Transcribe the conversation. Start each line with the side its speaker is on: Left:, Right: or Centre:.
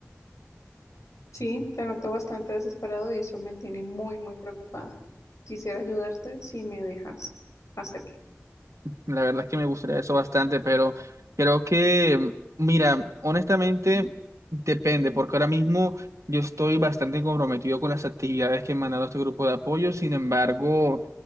Left: Sí, te noto bastante desesperado y eso me tiene muy, muy preocupada. Quisiera ayudarte si me dejas hacerlo.
Right: La verdad es que me gustaría eso bastante, pero creo que, mm, mira, honestamente depende, porque ahora mismo yo estoy bastante comprometido con las actividades que he mandado a este grupo de apoyo. Sin embargo,